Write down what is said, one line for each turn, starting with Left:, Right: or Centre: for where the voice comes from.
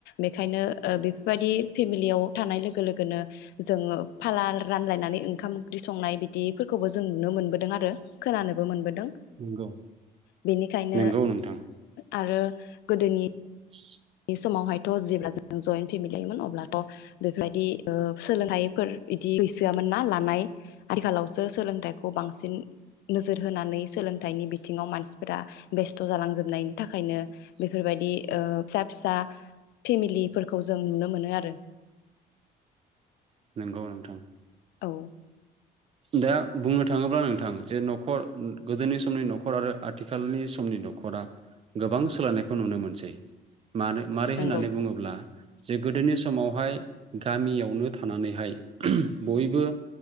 Left: बेखायनो ओ बेफोरबायदि फेमिलियाव थानाय लोगो लोगोनो जोङो फाला रानलायनानै ओंखाम ओंख्रि संनाय बिदिफोरखौबो जों नुनो मोनबोदों आरो खोनानोबो मोनबोदों।
Right: नंगौ
Left: बेनिखायनो
Right: नंगौ नोंथां
Left: आरो गोदोनि
Right: <inaudible>
Left: बे समावहायथ' जेब्ला जों जयन् फेमिलिमोन अब्लाथ' बेफोरबायदि ओ सोलोंथाइफोर बिदि गैसोआमोन ना लानाय आथिखालावसो सोलोंथाइखौ बांसिन नोजोर होनानै सोलोंथाइनि बिथिङाव मानसिफोरा बेस्थ' जालांजोबनायनि थाखायनो बेफोरबायदि फिसा फिसा फेमिलिफोरखौ जों नुनो मोनो आरो।
Right: नोंगौ नोंथां
Left: औ
Right: दा बुंनो थाङोब्ला नोंथां जे न'खर गोदोनि समनि न'खर आरो आथिखालनि समनि न'खरा गोबां सोलायनायखौ नुनो मोनसै। मानो मारै
Left: नंगौ
Right: होननानै बुङोब्ला जे गोदोनि समावहाय गामियावनो थानानैहाय बयबो